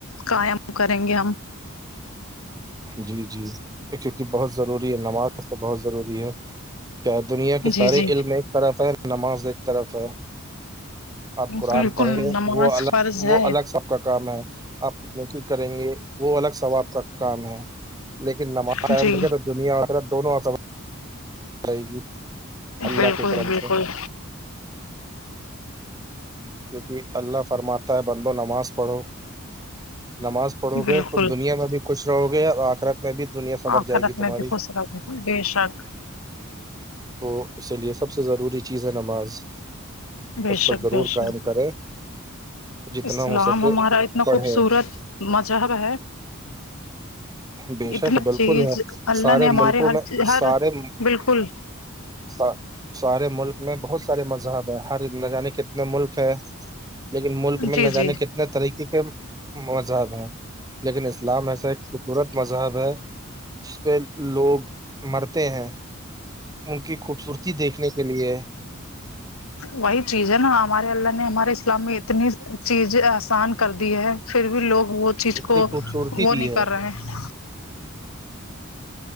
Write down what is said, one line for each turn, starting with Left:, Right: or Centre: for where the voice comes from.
Left: قائم کریں گے ہم
Right: جی جی کیونکہ بہت ضروری ہے نماز تو بہت ضروری ہے کیا دنیا کے سارے
Left: جی جی
Right: علم ایک طرف ہے نماز ایک طرف ہے آپ قرآن
Left: بالکل
Right: پڑھیںے
Left: نماز
Right: وہ الگ
Left: فرض
Right: وہ
Left: ہے
Right: الگ سب کا کام ہے آپ نقی کریں گے وہ الگ ثواب کا کام ہے لیکن نماز
Left: جی
Right: دنیا آر دونوں آخ رہے گی اللہ
Left: بالکل
Right: کے کرم
Left: بالکل
Right: سے کیکہ اللہ فرماتا ہے بندو نماز پڑھو نماز پڑو
Left: بالکل
Right: گے تو دنیا میں بھی کچش رہو گے اور آخ فکرت میں بھی دنیا سبر
Left: آخرت
Right: جائے گی
Left: میں
Right: تمہاری
Left: بھی خوش رہو بے شک
Right: تو اسی لیے سب سے ضروری چیز ہے نماز
Left: بے
Right: اس پر
Left: شک
Right: ضرور
Left: بے
Right: قائم
Left: شک
Right: کریں جتنا
Left: اسلام
Right: ہو سکے
Left: ہمارا اتنا
Right: پڑھے
Left: خوبصورت مذہب ہے
Right: بےشک
Left: اتنا
Right: بالکل
Left: چیز
Right: ہے
Left: اللہ
Right: سارے
Left: نے ہمارے
Right: ملکوں
Left: ہر
Right: میں
Left: ہر
Right: سارے
Left: بالکل
Right: ہاں سارے ملک میں بہت سارے مذہب ہے ہر عنی کتنے ملک ہے لیکن ملک میں
Left: جی
Right: نہ جانے
Left: جی
Right: کتنے طریقے کے مذہب ہیں لیکن اسلام ایسا خوبصورت مذہب ہے جس پہ لوگ مرتے ہیں ان کی خوبصورتی دیکھنے کے لیے
Left: جچ وہی چیز ہے نا ہمارے اللہ نے ہمارے اسلام میں اتنی چیزیں آسان کر دی ہے پھر بھی لوگ وہ چیز
Right: اتنی
Left: کو
Right: خوبصورتی
Left: وہ
Right: دی
Left: نہیں
Right: ہے
Left: کر رہے ہیں